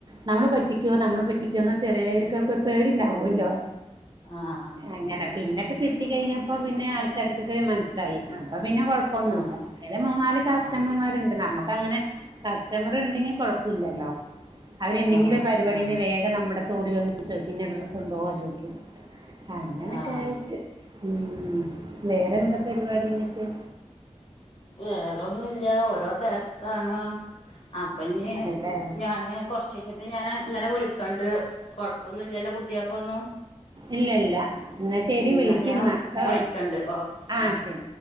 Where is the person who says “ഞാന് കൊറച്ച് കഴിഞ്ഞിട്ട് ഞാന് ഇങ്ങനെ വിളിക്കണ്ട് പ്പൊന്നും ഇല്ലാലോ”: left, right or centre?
Left